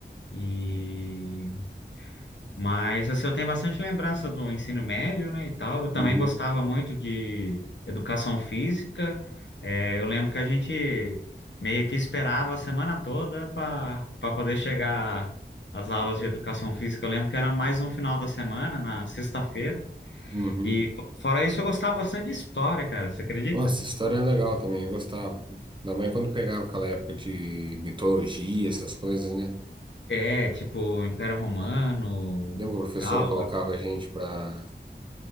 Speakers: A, on the left; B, on the right.
A: E Mas assim, eu tenho bastante lembrança do ensino médio, né, e tal. Eu também
B: Uhum.
A: gostava muito de educação física. É, eu lembro que a gente meio que esperava a semana toda para para poder chegar às aulas de educação física. Eu lembro que era mais no final da semana, na sexta-feira.
B: Uhum.
A: E fo- fora isso, eu gostava bastante de história, cara. Você acredita?
B: Nossa, história é legal também, eu gostava. Ainda mais quando pegava aquela época de mitologia, essas coisas, né?
A: É, tipo, Império Romano,
B: Lembra que a professora
A: tal.
B: colocava a gente pra,